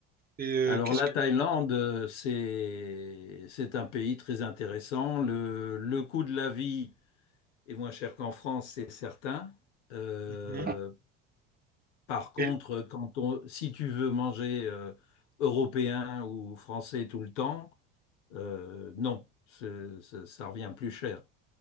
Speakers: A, on the right (about 25°); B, on the left (about 80°).
A: Et euh,
B: Alors,
A: qu'est-ce
B: la
A: que
B: Thaïlande, euh, c'est c'est un pays très intéressant. Le, le coût de la vie est moins cher qu'en France, c'est certain. Euh,
A: Mhm.
B: Par contre,
A: Et-
B: quand on, si tu veux manger euh, européen ou français tout le temps, euh, non, ce- ce- ça revient plus cher.